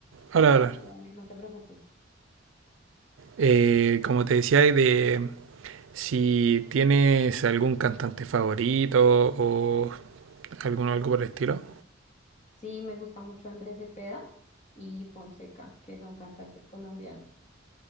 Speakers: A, on the left; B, on the right.
A: no,
B: Ahora,
A: tranquila,
B: ahora.
A: dale, no te preocupes.
B: Eh, como te decía, y de, Si tienes algún cantante favorito o alguno algo por el estilo.
A: Sí, me gusta mucho Andrés Cepeda y Fonseca, que son cantantes colombianos.